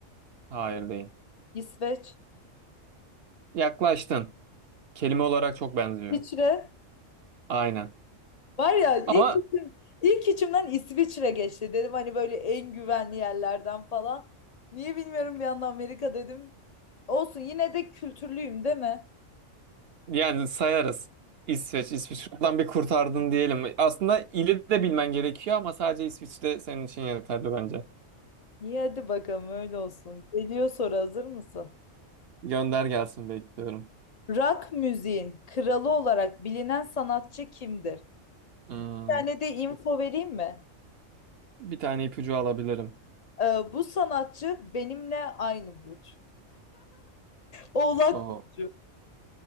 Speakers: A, on the right; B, on the left.
A: Hayır değil.
B: İsveç.
A: Yaklaştın. Kelime olarak çok benziyor.
B: İsviçre.
A: Aynen.
B: Var ya
A: Ama
B: ilk, içim- ilk içimden İsviçre geçti. Dedim hani böyle en güvenli yerlerden falan. Niye bilmiyorum bir anda Amerika dedim. Olsun yine de kültürlüyüm değil mi?
A: Yani sayarız. İsveç, İsveç. Buradan bir kurtardın diyelim. Aslında ili de bilmen gerekiyor ama sadece İsviçre senin için yeterli bence.
B: İyi hadi bakalım öyle olsun. Geliyor soru hazır mısın?
A: Gönder gelsin bekliyorum.
B: Rock müziğin kralı olarak bilinen sanatçı kimdir?
A: Hmm.
B: Bir tane de info vereyim mi?
A: Bir tane ipucu alabilirim.
B: Ee, bu sanatçı benimle aynı burç. Oğlak
A: O
B: burcu.